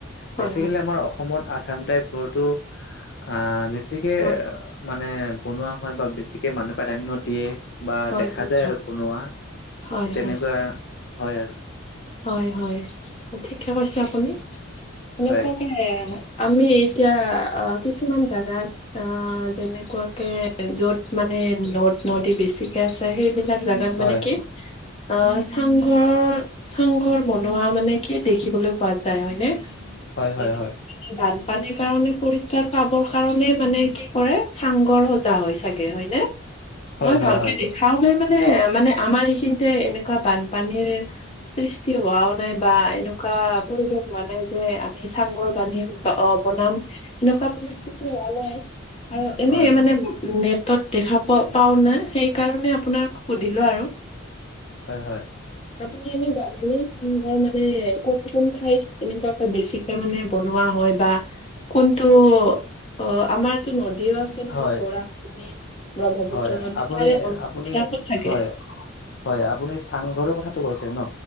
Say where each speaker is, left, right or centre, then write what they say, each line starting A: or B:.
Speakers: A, on the left; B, on the left.
A: হয়
B: বেচিকেলি
A: হয়
B: আমাৰ অসমত আচাম টাইপ ঘৰটো আ বেছিকে
A: হয় হয়
B: মানে বনোৱা হয়। বা বেছিকে মানুহ প্ৰাধান্য দিয়ে। বা
A: হয়
B: দেখা
A: হয়
B: যায় আৰু বনোৱা
A: হয়
B: তেনেকুৱা
A: হয়
B: হয়। আৰু
A: হয় হয় ঠিকে কৈছে আপুনি এনেকুৱাকে-
B: হয়।
A: আমি এতিয়া অ কিছুমান জোগাত অ যেনেকুৱাকে য'ত মানে- মানে নদ, নদী, বেছিকে আছে সেই বিলাক জোগাত
B: হয়
A: মানে কি অ চাংঘৰৰ চাংঘৰ বনোৱা মানে কি দেখিবলৈ পোৱা যায় হয়নে।
B: হয় হয়
A: তেনে
B: হয়
A: বানপানীৰ কাৰণে পৰিত্ৰাণ পাব। কাৰণে মানে কি কৰে চাংঘৰ সজা হয় চাগে হয় নে।
B: হয়
A: মই
B: হয়
A: ভালকে
B: হয়
A: দেখাও নাই। মানে মানে আমাৰ এইখিনিতে এনেকুৱা বানপানীৰ। সৃষ্টি হোৱাও নাই বা এনেকুৱা পৰিৱেশ হোৱা নাই যে আমি চাংঘৰ বান্ধি। অ বনাম এনেকুৱা পৰিস্থিতি হোৱা নাই আৰু এনে
B: হয়।
A: মানে নে তত দেখা পোৱা পাও ন সেই কাৰণে আপোনাৰ- সুধিলো আৰু
B: হয় হয়।
A: আপুনি এনেই চাংঘৰ মানে কোন কোন ঠাইত এনেকুৱাে বেছিকে মানে বনোৱা হয় বা। কোনটো অ আমাৰতো নদীও আছে। নহয়
B: হয়
A: বৰা চ ব্ৰহ্মপুত্ৰ
B: হয়
A: নদী
B: আপুনি
A: সেয়াৰে
B: আপুনি
A: থাকে।
B: হয় হয় আপুনি চাংঘৰৰ কথাটো কৈছে ন